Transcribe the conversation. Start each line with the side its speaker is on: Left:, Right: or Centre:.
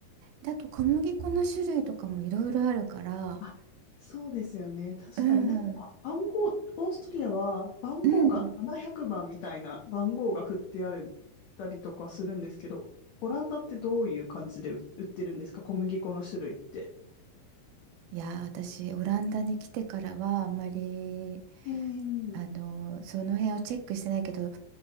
Right: だと小麦粉の種類とかもいろいろあるから、
Left: あそうですよね。確かになんかば番号、
Right: うん。
Left: オーストリアは番号が700番みたいな番号が振ってあるたりとかするんですけど、
Right: うん
Left: オランダってどういう感じで売売ってるんですか小麦粉の種類って。
Right: いやー、私、オランダに来てからは、あんまり、
Left: えー、
Right: あのー、その辺をチェックしてないけど、